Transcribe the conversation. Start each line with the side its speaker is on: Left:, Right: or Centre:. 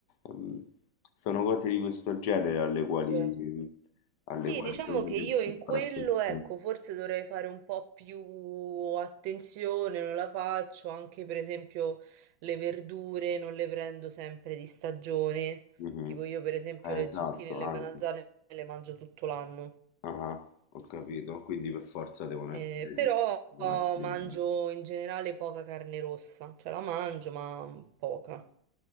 Left: ehm, sono cose di questo genere alle quali
Right: certo.
Left: alle
Right: Sì,
Left: quali
Right: diciamo
Left: secondo
Right: che
Left: me
Right: io in
Left: si
Right: quello,
Left: fa attenzione.
Right: ecco, forse dovrei fare un po' più attenzione, non la faccio, anche per esempio le verdure non le prendo sempre di stagione,
Left: Mh-mh.
Right: tipo io per esempio
Left: Eh,
Right: le
Left: esatto,
Right: zucchine e le
Left: anche.
Right: melanzane le mangio tutto l'anno,
Left: Ah-ah, ho capito. Quindi per forza devono
Right: Eh,
Left: essere
Right: però
Left: di- di
Right: oh,
Left: una linea.
Right: mangio in generale poca carne rossa, cioè la mangio ma poca,